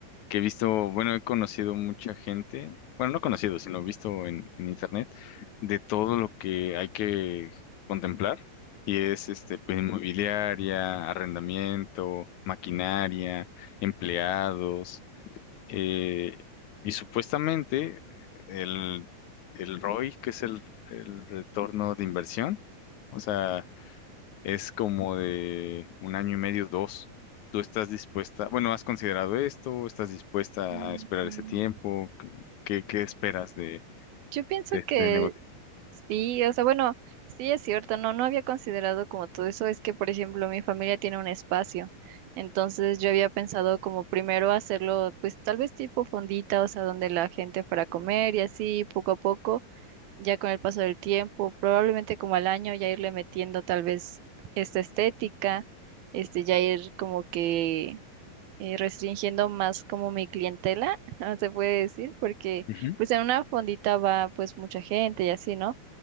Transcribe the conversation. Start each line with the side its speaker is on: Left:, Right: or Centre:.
Left: que he visto, bueno, he conocido mucha gente, bueno, no conocido, sino visto en, en internet, de todo lo que hay que contemplar, y es este, pues, inmobiliaria, arrendamiento, maquinaria, empleados, eh, y supuestamente el, el ROI, que es el, el retorno de inversión, o sea, es como de un año y medio, dos. ¿Tú estás dispuesta? Bueno, ¿has considerado esto? ¿Estás dispuesta
Right: Mm.
Left: a esperar ese tiempo? ¿Qué, qué- qué esperas de,
Right: Yo pienso
Left: de este
Right: que
Left: negocio?
Right: sí, o sea, bueno, sí es cierto, no, no había considerado como todo eso, es que, por ejemplo, mi familia tiene un espacio, entonces yo había pensado como primero hacerlo, pues tal vez tipo fondita, o sea, donde la gente para comer y así, poco a poco, ya con el paso del tiempo, probablemente como al año ya irle metiendo tal vez esta estética, este, ya ir como que eh, restringiendo más como mi clientela, <laughs> ah, se puede decir, porque
Left: Ujú,
Right: pues en una fondita va pues mucha gente y así, ¿no?